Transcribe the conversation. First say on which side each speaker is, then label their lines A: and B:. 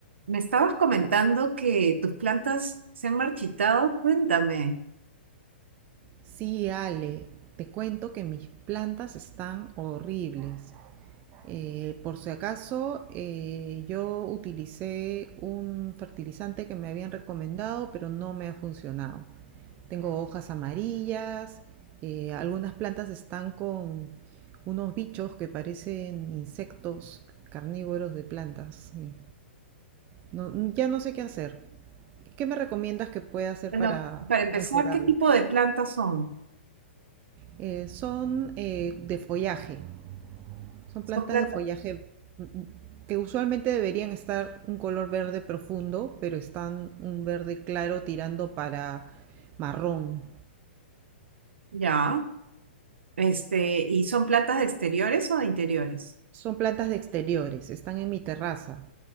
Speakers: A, on the right; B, on the right.
A: Me estabas comentando que tus plantas se han marchitado. Cuéntame.
B: Sí, Ale, te cuento que mis plantas están horribles. Eh, por si acaso, eh, yo utilicé un fertilizante que me habían recomendado, pero no me ha funcionado. Tengo hojas amarillas, eh, algunas plantas están con unos bichos que parecen insectos carnívoros de plantas. eh. No- ya no sé qué hacer. ¿Qué me recomiendas que pueda hacer
A: Bueno,
B: para
A: para empezar,
B: mejorarlo?
A: ¿qué tipo de plantas son?
B: Eh, son eh, de follaje, son plantas
A: Son plantas,
B: de follaje mm, mm, que usualmente deberían estar un color verde profundo, pero están un verde claro tirando para marrón.
A: ya, este, ¿y son plantas de exteriores o de interiores?
B: Son plantas de exteriores, están en mi terraza.